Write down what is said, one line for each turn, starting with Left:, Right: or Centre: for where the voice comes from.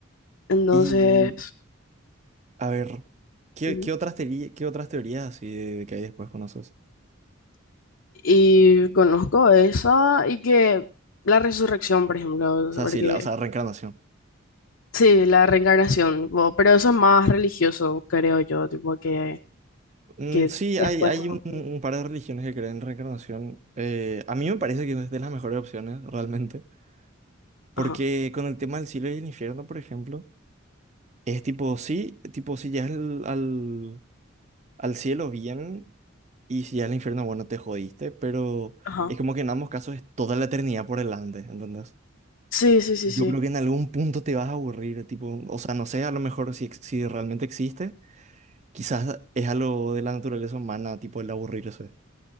Left: Entonces...
Right: Y, a ver, ¿qué,
Left: ujú.
Right: qué otras teorías, qué otras teorías así de, de que hay después conoces?
Left: Y conozco esa y que la resurrección, por ejemplo,
Right: O sea,
Left: porque
Right: sí, la, o sea, reencarnación.
Left: sí, la reencarnación, tipo, pero eso es más religioso, creo yo, tipo que,
Right: Mm,
Left: que
Right: sí,
Left: después
Right: hay, hay
Left: de morir.
Right: un, un par de religiones que creen en reencarnación. Eh, a mí me parece que es de las mejores opciones, realmente. Porque
Left: Ajá,
Right: con el tema del cielo y el infierno, por ejemplo, es tipo, sí, tipo, si llegas al, al Al cielo bien y si al infierno, bueno, te jodiste, pero
Left: ajá.
Right: es como que en ambos casos es toda la eternidad por delante, ¿entendés?
Left: Sí, sí, sí,
Right: Yo
Left: sí.
Right: creo que en algún punto te vas a aburrir, tipo, o sea, no sé, a lo mejor si, ex- si realmente existe, quizás es algo de la naturaleza humana, tipo el aburrirse.